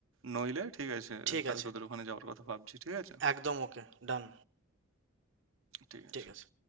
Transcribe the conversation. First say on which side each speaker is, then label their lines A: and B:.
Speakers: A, on the right; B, on the right.
A: নইলে ঠিক আছে
B: ঠিক
A: তাহলে
B: আছে
A: তোদের ওখানে যাওয়ার কথা ভাবছি ঠিক আছে
B: একদম ওকে ডান
A: ঠিক আছে
B: ঠিক আছে